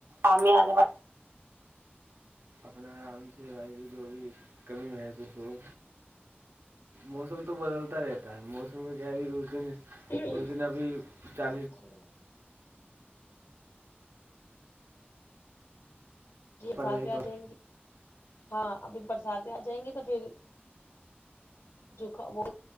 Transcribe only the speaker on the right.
آم ہی انے و اپنا آرام سے بھائی کی جو بھی کمی محسوس ہو موسم تو بدلتا رہتا ہے موسم کا کیا ہے بھی اس دن
تو اس دن ابھی چالیس
پڑ
گئی تو